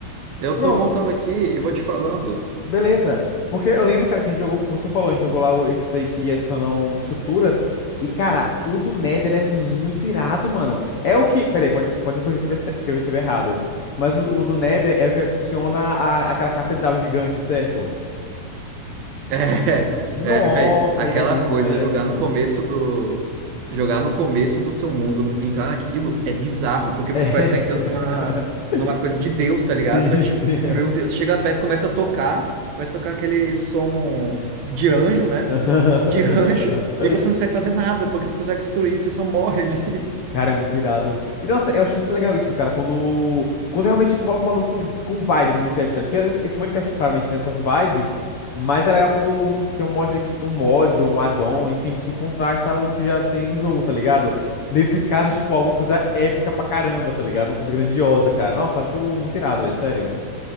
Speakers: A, on the right; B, on the left.
A: Eu
B: Pronto,
A: tô montando aqui e vou te falando.
B: Beleza. Porque eu lembro, cara, que a gente jogou, como você falou, a gente jogou lá o- esses aí que adicionam estruturas. E, cara, o do Nether é muito irado, mano. É o que. Peraí, pode, pode me corrigir se eu tiver, ce- se eu tiver errado. Mas o, o do Nether é o que adiciona a, aquela catedral gigante, certo?
A: <laughs>
B: Nossa,
A: É, é, velho, aquela
B: iradíssimo,
A: coisa
B: iradíssimo.
A: jogar no começo do jogar no começo do seu mundo, entrar naquilo é bizarro, porque
B: É.
A: você
B: <laughs>
A: parece estar entrando numa numa coisa de Deus, tá ligado?
B: Sim,
A: Você vai tipo,
B: sim.
A: meu Deus, você chega perto, e começa a tocar, começa a tocar aquele som de anjo, né?
B: <laughs>
A: De <laughs> anjo, e você não consegue fazer nada, porque você não consegue destruir, você só morre ali.
B: Cara, é muito irado. E nossa, eu acho muito legal isso, cara, quando, quando realmente coloca um bagulho com, com vibe no Minecraft, tá? ligado? Porque, é que o Minecraft claramente tem essas vibes, mas é legal quando, quando tem um mod, que- um mod ou um add-on, enfim, que contrasta o que já tem no jogo, tá ligado? Nesse caso, tipo, alguma coisa épica pra caramba, tá ligado? Uma coisa grandiosa, cara. Nossa, acho muito irado, é sério.